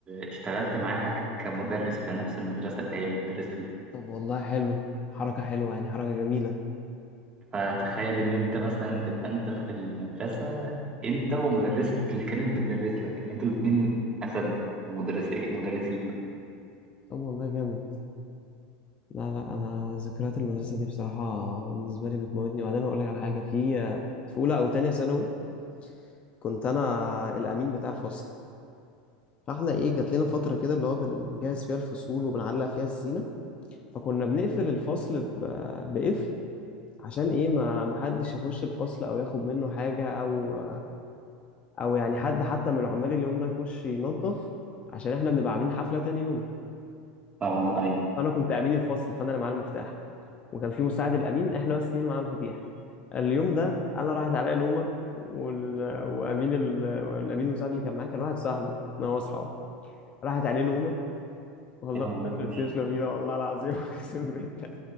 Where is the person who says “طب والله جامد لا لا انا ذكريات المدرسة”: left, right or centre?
Left